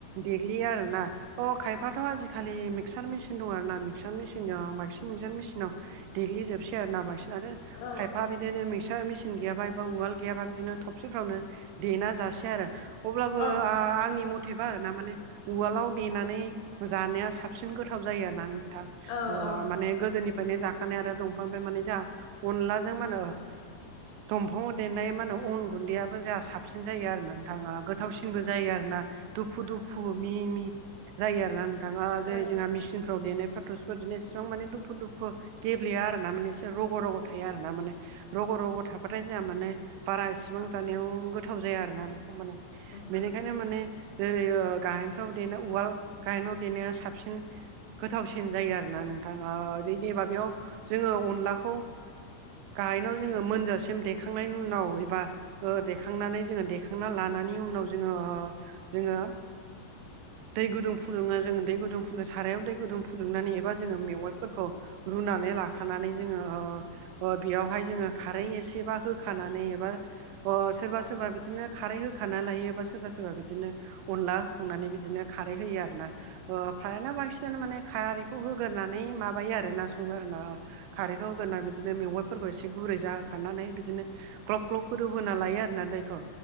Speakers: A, on the right (about 90°); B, on the left (about 75°).
A: देग्लियो आरोना अ खायफाथ'
B: औ
A: आजिखालि मिक्सार मेसिन दं आरो ना मिक्सार मेसिनजों आं बांसिन मिक्सार मेसिनाव देग्लिजोबसै आरोना बांसिन आरो
B: औ
A: खायफा बिदिनो मिक्सार मेसिन गैयाबा एबा उवाल गैयाबा बिदिनो थबसिफ्रावनो देना जासै आरो अब्लाबो
B: औ
A: आंनि मथेबा आरो ना माने उवालाव देनानै जानाया साबसिन गोथाव जायो आरोना नोंथां
B: औ
A: ओ
B: औ
A: माने गोदोनि माने जाखानाय आरो दंफांनिफ्राय माने जोंहा अनलाजों मा होनो दंफाङाव देनाय मा होनो अन गुन्दैयाबो जोंहा साबसिन जायो आरोना नोथां ओ गोथावसिनबो जायो आरो ना दुफु
B: औ
A: दुफु
B: औ
A: मिहि मिहि जायो आरोना नों थां ओ
B: औ
A: जेरै जोंहा मिसिनफ्राव देनायफ्राथ' एफोरबायदिनो इसेबां माने दुफु दुफु गेब्लेया आरो ना माने रग' रग' थायो आरोना माने रग' रग' थाबाथाय जोंहा माने बारा इसेबां जानायाव गोथाव जाया आरोना माने
B: औ
A: बेनिखायनो माने जेरै ओ गाहेनफ्राव देनाय उवाल गाहेनाव देनाया साबसिन गोथावसिन जायो आरोना नोंथां ओ रिदि माबायाव जोङो अनलाखौ गाहेनायाव जोङो मोनजासिम देखांनायनि उनाव एबा ओ देखांनानै जोङो देखांना लानानै उनाव जोङो ओ जोङो दै गुदुं फुदुङो जोङो दै गुदुं फुदुंनो सारायाव दै गुदुं फुदुंनानै एबा जोङो मेवाइफोरखौ रुनानै लाखानानै जोङो ओ ओ बेयावहाय जोङो खारै एसेबा होखानानै एबा अ सोरबा सोरबा बिदिनो खारै होखाना लायो बा सोरबा सोरबा बिदिनो अनला होखांनानै बिदिनो खारै होयो आरोना ओ फ्रायानो बांसिनानो माने खारैखौ होगोरनानै माबायो आरोना सङो आरोना ओ खारैखौ होगोरना बिदिनो मेवाइ फोरखौ इसे गुरै जाहोखानानै बिदिनो ग्लब ग्लब गोदौहोना लायो आरोना दैखौ